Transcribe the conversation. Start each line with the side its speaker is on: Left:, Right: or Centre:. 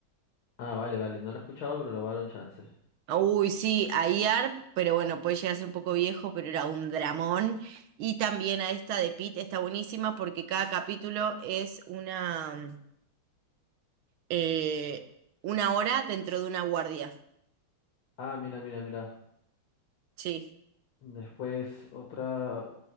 Left: Ah, vale, vale, no la he escuchado, pero le voy a dar un chance.
Right: Uy, sí, a IAR, pero bueno, puede llegar a ser un poco viejo, pero era un dramón. Y también a esta de Pete está buenísima porque cada capítulo es una, eh, una hora dentro de una guardia.
Left: Ah, mira, mira, mira.
Right: Sí,
Left: Después otra.